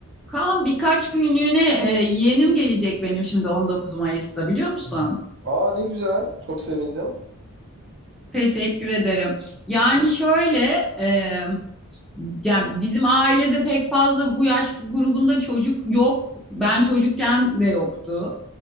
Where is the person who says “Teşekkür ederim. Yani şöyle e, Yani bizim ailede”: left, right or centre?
Centre